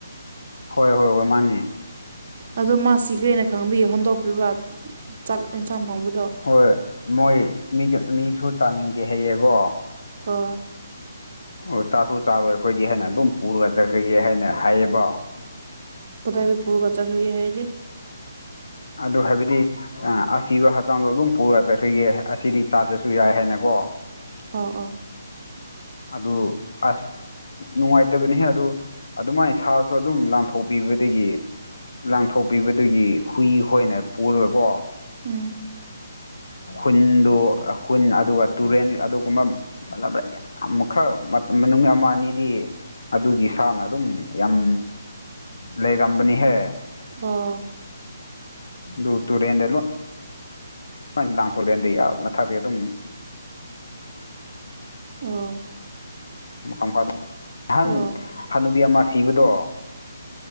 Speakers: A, on the left; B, on the right.
A: ꯍꯣꯏ ꯍꯣꯏ ꯍꯣꯏ ꯃꯥꯟꯅꯦ
B: ꯑꯗꯣ ꯃꯥꯁꯤꯈ꯭ꯔꯦꯅ ꯈꯪꯕꯩ ꯍꯣꯟꯗꯣꯛꯈ꯭ꯔꯤꯕ ꯆꯥꯛ ꯌꯦꯟꯁꯥꯡ ꯊꯣꯡꯕꯗꯣ
A: ꯍꯣꯏ ꯃꯣꯏ ꯃꯤꯒ ꯃꯤꯁꯨ ꯇꯥꯅꯤꯡꯗꯦ ꯍꯩꯌꯦꯕꯣ
B: ꯍꯣ
A: ꯑꯣ ꯆꯥꯁꯨ ꯆꯥꯔꯣꯏ ꯑꯩꯈꯣꯏꯗꯤ ꯍꯥꯏꯅ ꯑꯗꯨꯝ ꯄꯨꯔꯒ ꯆꯠꯈ꯭ꯔꯒꯦ ꯍꯥꯏꯅ ꯍꯥꯏꯌꯦꯕꯣ
B: ꯀꯗꯥꯏꯗ ꯄꯨꯔꯒ ꯆꯠꯈ꯭ꯔꯒꯦ ꯍꯥꯏꯗꯤ
A: ꯑꯗꯨ ꯍꯥꯏꯕꯗꯤ ꯑꯥ ꯑꯁꯤꯗꯣ ꯍꯛꯆꯥꯡꯗꯣ ꯑꯗꯨꯝ ꯄꯨꯔꯒ ꯆꯠꯈꯒꯦ ꯑꯁꯤꯗꯤ ꯆꯥꯗ꯭ꯔꯁꯨ ꯌꯥꯏ ꯍꯥꯏꯅꯀꯣ
B: ꯑꯣ ꯑꯣ
A: ꯑꯗꯨ ꯑꯁ ꯅꯨꯡꯉꯥꯏꯇꯕꯅꯤꯍꯦ ꯑꯗꯨ ꯑꯗꯨꯃꯥꯏꯅ ꯁꯥꯁꯨ ꯑꯗꯨꯝ ꯂꯥꯟꯊꯣꯛꯄꯤꯕꯗꯒꯤ ꯂꯪꯊꯣꯛꯄꯤꯕꯗꯒꯤ ꯍꯨꯏ ꯈꯣꯏꯅ ꯄꯨꯔꯒꯀꯣ
B: ꯎꯝ
A: ꯍꯨꯟꯗꯨ ꯍꯨꯟ ꯑꯗꯨꯒ ꯇꯨꯔꯦꯟ ꯑꯗꯨꯒꯨꯝꯕ ꯂꯕ ꯌꯥꯝ ꯑꯃꯨꯛ ꯈꯔ ꯃꯅꯨꯡ ꯑꯃ ꯑꯅꯤꯗꯤ ꯑꯗꯨꯒꯤ ꯁꯥꯥꯡꯅ ꯑꯗꯨꯝ ꯌꯥꯝ ꯂꯩꯔꯝꯕꯅꯤꯍꯦ
B: ꯑꯣ
A: ꯑꯗꯨ ꯇꯨꯔꯦꯟꯗ ꯂꯣ ꯍꯣꯏ ꯂꯥꯡꯊꯣꯛꯂꯦꯟꯗ ꯃꯊꯛꯇꯗꯤ ꯑꯗꯨꯝ
B: ꯑꯣ
A: ꯃꯈꯥ ꯃꯈꯥꯗꯣ ꯑꯍꯟ
B: ꯑꯣ
A: ꯍꯅꯨꯕꯤ ꯑꯃ ꯁꯤꯕꯗꯣ